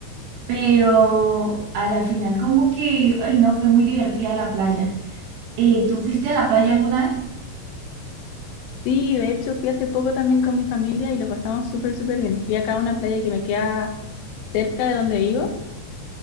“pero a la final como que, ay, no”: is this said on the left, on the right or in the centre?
Right